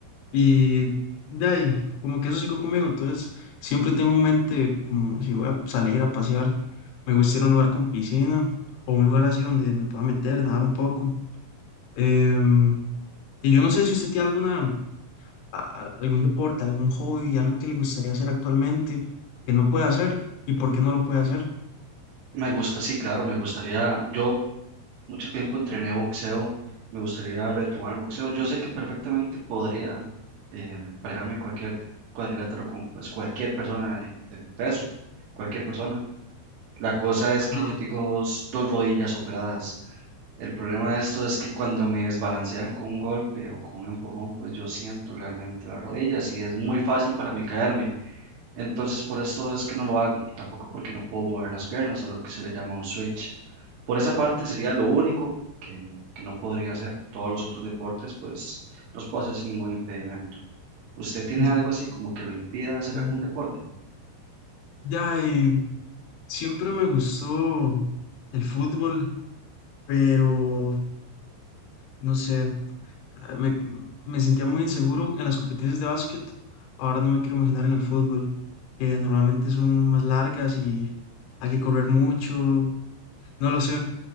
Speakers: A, on the left; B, on the right.
A: y de ahí, como que eso siguió conmigo, entonces siempre tengo en mente como si voy a salir a pasear, me gusta ir a un lugar con piscina o un lugar así donde me pueda meter, nadar un poco. Em, y yo no sé si usted tiene alguna, a- a- algún deporte, algún hobby, algo que le gustaría hacer actualmente que no puede hacer y por qué no lo puede hacer.
B: Me gusta, sí, claro, me gustaría, yo mucho tiempo entrené boxeo, me gustaría retomar el boxeo. Yo sé que perfectamente podría eh, parejarme en cualquier cuadrilátero con pues cualquier persona de de mi peso, cualquier persona La cosa es
A: Ajá.
B: que yo tengo dos, dos rodillas operadas. El problema de esto es que cuando me desbalancean con un golpe o con un empujón, pues yo siento realmente las rodillas y es muy fácil para mí caerme. Entonces por esto es que no lo hago, tampoco porque no puedo mover las piernas, a lo que se le llama un switch. Por esa parte sería lo único que, que no podría hacer. Todos los otros deportes, pues los puedo hacer sin ningún impedimento. ¿Usted tiene
A: En-
B: algo así como que lo impida hacer
A: en-
B: algún deporte?
A: De ahí, siempre me gustó el fútbol pero No sé, ah, me, me sentía muy inseguro en las competencias de básquet. Ahora no me quiero imaginar en el fútbol, que normalmente son más largas y hay que correr mucho. No lo sé.